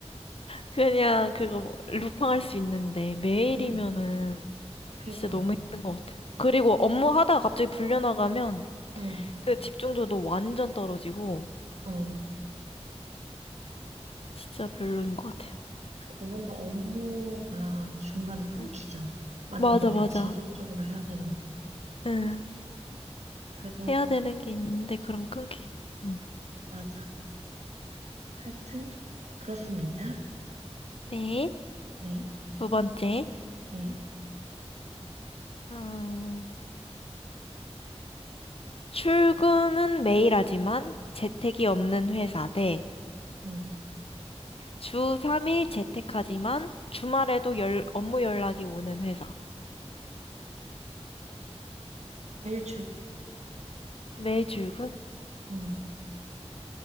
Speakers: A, on the left; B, on the right.
A: 그냥 그거 뭐 루팡할 수 있는데 매일이면은
B: 응, 응. 그니까,
A: 진짜 너무 힘든 것 같아. 그리고 업무 하다가 갑자기 불려나가면
B: 응,
A: 그 집중도도 완전 떨어지고
B: 어.
A: 진짜 별로인 것 같아요.
B: 그니까 뭔가 업무가 중간에 끊기잖아.
A: 응.
B: 만약에
A: 맞아,
B: 내가
A: 맞아.
B: 지속적으로 해야 되는.
A: 응.
B: 그래서,
A: 해야 되는 게 있는데 그럼 끊기. 응.
B: 맞아. 하여튼, 그렇습니다.
A: 네.
B: 네,
A: 두 번째.
B: 네,
A: 어... 출근은 매일 하지만 재택이 없는 회사 대
B: 응,
A: 주 3일 재택하지만 주말에도 열, 업무 연락이 오는 회사.
B: 매일 출근.
A: 매일 출근?
B: 응.